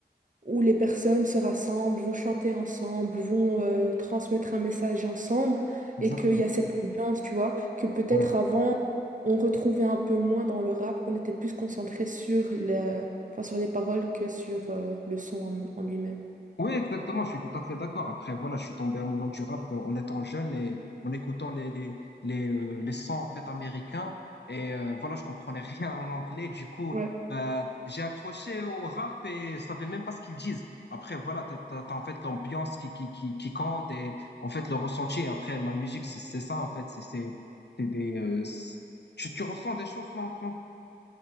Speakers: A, on the right; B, on the left.
A: où les personnes se rassemblent, vont chanter ensemble, vont euh, transmettre un message ensemble,
B: exactement.
A: et qu'il y a cette ambiance, tu vois, que peut-être
B: Ouais.
A: avant, on retrouvait un peu moins dans le rap, qu'on était plus concentré sur la- enfin, sur les paroles que sur euh, le son en, en lui-même.
B: Oui, exactement, je suis tout à fait d'accord. Après, voilà, je suis tombé amoureux du rap euh, en étant jeune et en écoutant les, les, les, euh, les sons en fait américains. Et euh, voilà, je comprenais <laughs> rien en anglais. Du coup,
A: Ouais.
B: bah, j'ai accroché au rap et je savais même pas ce qu'ils disent. Après, voilà, t'as, t'as, t'as, en fait l'ambiance qui, qui, qui, qui compte et en fait le ressenti. Et Après, la musique, c'est c'est ça en fait. C'est c'est c'est des, euh, c'est- tu, tu ressens des choses sans, sans